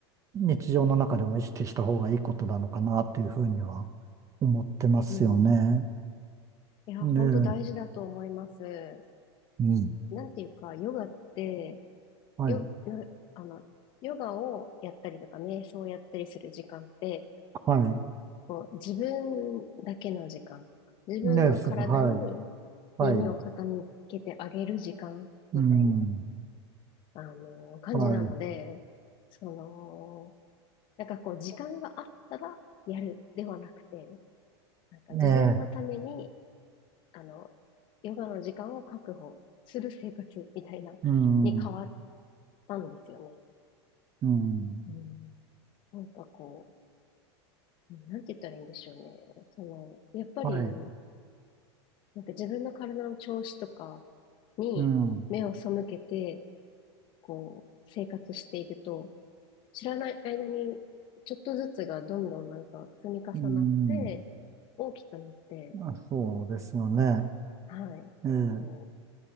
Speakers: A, on the right; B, on the left.
A: 日常の中でも意識した方がいいことなのかなっていうふうには思ってますよね。
B: うん。うんいや、
A: ねえ。
B: 本当大事だと思います。
A: うん。
B: なんていうか、ヨガって、
A: はい。
B: よ、な、あの、ヨガをやったりとか、瞑想をやったりする時間って、
A: はい。
B: こう、自分だけの時間とか、自分の体に
A: ねえ、すはい。はい。
B: 耳を傾けてあげる時間みたいな、
A: うん。
B: あの、感じなので、
A: はい。
B: その、なんかこう、時間があったらやるではなくて、なんか自分のために、
A: ええ。
B: あの、ヨガの時間を確保する生活みたいな、
A: うん。
B: に変わったんですよ
A: うん。
B: ね。うん。なんかこう、なんて言ったらいいんでしょうね。その、やっぱり、
A: はい。
B: なんか自分の体の調子とかに目を背けて、
A: うん。
B: こう、生活していると、知らない間に、ちょっとずつがどんどんなんか積み重なって、
A: うん。
B: 大きくなって、
A: あ、そうですよね。
B: はい、
A: ええ。
B: こう、